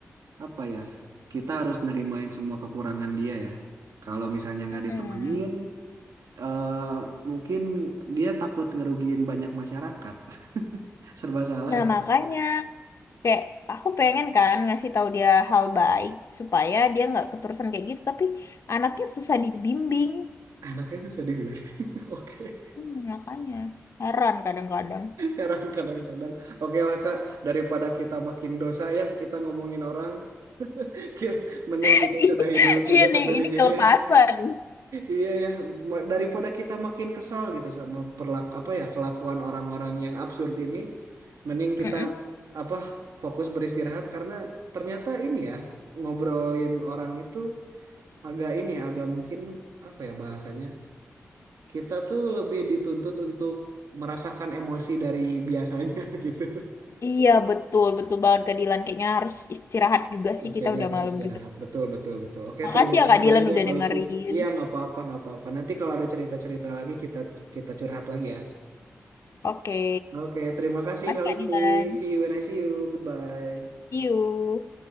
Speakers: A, on the right; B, on the left.
A: apa ya kita harus nerimain semua kekurangan dia ya kalau misalnya nggak
B: mm-mm.
A: ditemenin eh mungkin dia takut ngerugiin banyak masyarakat <laughs> serba salah
B: nah
A: ya
B: makanya kayak aku pengen kan ngasih tahu dia hal baik supaya dia nggak keterusan kayak gitu tapi anaknya susah dibimbing
A: Anaknya susah dibimbing. <laughs> Oke,
B: Hmm, makanya heran kadang-kadang
A: heran kadang-kadang. Oke lah Kak, daripada kita makin dosa ya, kita ngomongin orang, <laughs> ki- mending
B: <laughs>
A: kita sudahi dulu saja
B: Iya nih,
A: sampai
B: ini
A: di sini
B: kelepasan.
A: ya. Iya ya, ma- daripada kita makin kesal gitu sama perlak apa ya kelakuan orang-orang yang absurd ini, mending kita
B: Mm-mm.
A: apa fokus beristirahat karena ternyata ini ya ngobrolin orang itu agak ini ya agak mungkin apa ya bahasanya kita tuh lebih dituntut untuk merasakan emosi dari biasanya <laughs> gitu.
B: Iya, betul, betul banget Kak Dilan. Kayaknya harus istirahat juga sih,
A: Ya, kayaknya
B: kita udah
A: harus
B: malam
A: istirahat.
B: juga.
A: Betul, betul, betul. Oke,
B: Makasih
A: terima
B: ya
A: kasih
B: Kak Dilan
A: banyak
B: udah
A: ya Kak
B: dengerin.
A: Lutfi. Iya, nggak apa-apa, nggak apa-apa. Nanti kalau ada cerita-cerita lagi kita kita curhat lagi ya.
B: Oke,
A: Oke, terima kasih
B: Makasih
A: Kak Lutfi.
B: Kak Dilan.
A: See you when I see you. Goodbye.
B: See you.